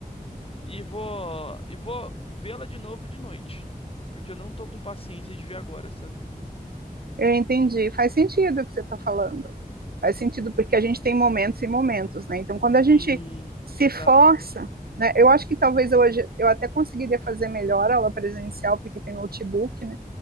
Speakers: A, on the left (about 35°); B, on the right (about 75°).
A: e vou e vou vê-la de novo de noite, porque eu não tô com paciência de ver agora, sabe?
B: Eu entendi, faz sentido o que você está falando. faz sentido, porque a gente tem momentos e momentos, né? Então, quando
A: Sim,
B: a gente se
A: exato.
B: força, né? Eu acho que talvez hoje eu até conseguiria fazer melhor a aula presencial, porque tem notebook, né?